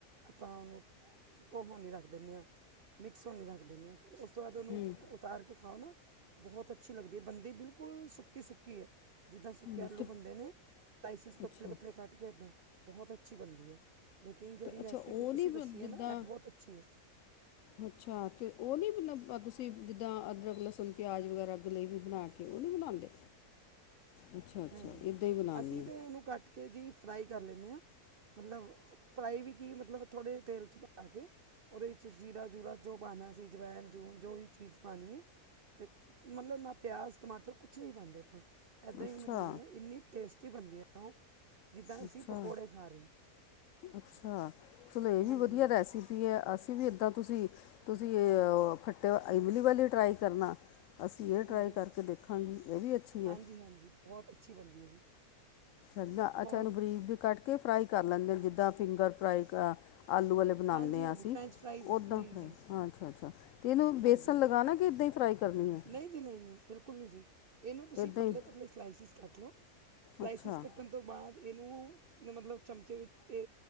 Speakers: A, on the right; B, on the left.
A: ਆਪਾਂ ਉਹਨੂੰ ਉਹ ਹ ਨਹੀਂ ਰੱਖ ਦਿੰਦੇ ਹਾਂ ਮਿਕਸ ਹੋ ਨਹੀਂ ਰੱਖ ਦਿੰਦੇ ਹਾਂ ਫਿਰ ਉਸ ਤੋਂ ਬਾਅਦ ਉਹਨੂੰ
B: ਹੂੰ,
A: ਤਾਂ ਉਤਾਰ ਕੇ ਖਾਓ ਨਾ ਬਹੁਤ ਅੱਛੀ ਲਗਦੀ ਹੈ, ਬੰਦੀ ਬਿਲਕੁਲ ਸੁੱਕੀ- ਸੁੱਕੀ ਏ। ਜਿੱਦਾਂ ਸੁੱਕੇ
B: ਹੂੰ
A: ਆਲੂ
B: ਤੇ-
A: ਬਣਦੇ ਨੇ, ਸਲਾਈਸਿਸ ਪਤਲੇ
B: ਅੱਛਾ
A: - ਪਤਲੇ ਕੱਟ ਕੇ ਇੱਦਾਂ ਬਹੁਤ ਅੱਛੀ ਬਣਦੀ ਹੈ। ਲੇਕਿਨ ਜਿਹੜੀ
B: ਤੇ ਅੱਛਾ
A: ਰੈਸਿਪੀ
B: ਉਹ
A: ਤੁਸੀਂ
B: ਨਹੀਂ
A: ਦੱਸੀ
B: ਜਿੱਦਾਂ
A: ਏ ਨਾ ਇਹ ਬਹੁਤ ਅੱਛੀ ਹੈ।
B: ਅੱਛਾ ਤੇ ਉਹ ਨੀ, ਤੁਸੀਂ ਜਿੱਦਾਂ ਅਦਰਕ, ਲਸਣ, ਪਿਆਜ, ਵਗੈਰਾ। ਜਲੇਬੀ ਬਣਾ ਕੇ ਉਹ ਨਹੀਂ ਬਣਾਉਂਦੇ ਅੱਛਾ, ਅੱਛਾ
A: ਨਹੀਂ ਨਹੀਂ
B: ਇਹੱਦਾਂ ਹੀ ਬਣਾਉਣੀ
A: ਅਸੀਂ
B: ਏ।
A: ਤੇ ਉਹਨੂੰ ਕੱਟ ਕੇ ਜੀ ਫਰਾਈ ਕਰ ਲੈਂਣੇ ਆ। ਮਤਲਬ ਫਰਾਈ ਵੀ ਕੀ ਮਤਲਬ ਥੋੜੇਹੇ ਤੇਲ ' ਪਾ ਕੇ ਉਹਦੇ ਵਿੱਚ ਜੀਰਾ ਜੂਰਾ ਜੋ ਪਾਉਣਾ ਸੀ, ਜਵਾਇਨ ਜੋ ਵੀ ਚੀਜ਼ ਪਾਣੀ ਹੈ। ਮਤਲਬ ਨਾ ਪਿਆਜ਼ ਟਮਾਟਰ ਕੁਛ ਨਹੀਂ ਪਾਉਂਦੇ ਆਪਾਂ। ਦਹੀਂ
B: ਅੱਛਾ
A: ਉਹਨੂੰ ਬਣਾਉਂਦੇ ਹਾਂ ਇੰਨੀ ਟੇਸਟੀ ਬਣਦੀ ਹੈ, ਉਹ ਜਿੱਦਾਂ
B: ਅੱਛਾ
A: ਅਸੀਂ ਪਕੌੜੇ ਖਾ ਰਹੇ ਹਾਂ।
B: ਅੱਛਾ, ਚਲੋ ਇਹ ਵੀ
A: ਹਾਂਜੀ
B: ਵਧੀਆ
A: ਹਾਂਜੀ
B: ਰਹਿ ਸੀ ਵੀ ਹੈ ਅਸੀਂ ਵੀ ਇੱਦਾਂ ਤੁਸੀਂ - ਤੁਸੀਂ ਖੱਟੇ ਇਮਲੀ ਵੀ ਟਰਾਈ ਕਰਨਾ। ਅਸੀਂ ਇਹ ਟਰਾਈ
A: ਹਾਂਜੀ
B: ਕਰਕੇ ਦੇਖਾਂਗੇ ਇਹ ਵੀ ਅੱਛੀ
A: ਹਾਂਜੀ
B: ਹੈ।
A: ਹਾਂਜੀ ਬਹੁਤ ਅੱਛੀ ਬਣਦੀ ਹੈ ਜੀ
B: ਅੱਛਾ - ਅੱਛਾ
A: ਹੋਰ
B: ਇਹਨੂੰ ਫਰੀਜ ਕੱਢ ਕੇ ਫਰਾਈ ਕਰ ਲੈਂਦੇ ਆ ਜਿੱਦਾਂ ਫਿੰਗਰ ਫਰਾਈ ਆਲੂ ਵਾਲੇ ਬਣਾਨੇ
A: ਹਾਂਜੀ
B: ਆਂ
A: ਹਾਂਜੀ
B: ਅਸੀ,
A: ਫਰੈਂਚ ਫਰਾਈਜ਼
B: ਓਦਾਂ
A: ਜੀ
B: ਫਿਰ
A: ਜੀ
B: ਅੱਛਾ-ਅੱਛਾ। ਤੇ ਇਹਨੂੰ, ਵੇਸਨ
A: ਹਾਂਜੀ ਹਾਂਜੀ
B: ਲਗਾਨਾ ਕਿ ਏਦਾਂ ਈ ਫ੍ਰਾਈ ਕਰਨੀ ਐਂ?
A: ਨਹੀਂ ਜੀ ਨਹੀਂ -ਨਹੀਂ ਬਿਲਕੁਲ ਨਹੀਂ ਜੀ। ਇਹਨੂੰ ਤੁਸੀਂ
B: ਇੱਦਾਂ
A: ਪਤਲੇ-
B: ਹੀ
A: ਪਤਲੇ ਸਲਾਈਸਿਸ ਕੱਟ ਲਓ, ਸਲਾਈਸਿਸ
B: ਅੱਛਾ
A: ਕੱਟੋ ਕੱਟਣ ਤੋਂ ਬਾਅਦ ਇਹਨੂੰ ਮਤਲਬ ਚਮਚੇ ਵਿੱਚ ਤੇ